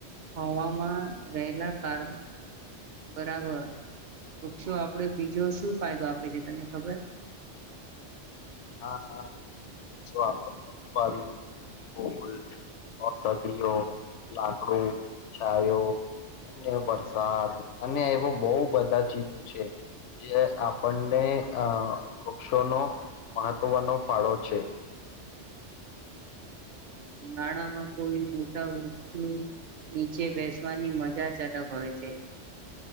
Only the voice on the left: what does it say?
હા હા વૃક્ષો આપડને આવી. ફૂલ ઔષધિઓ લાકડું છાંયો. અને વરસાદ અને એવો બહુ બધા ચીજો છે. જે આપણને અ વૃક્ષોનો મહત્વનો ફાળો છે.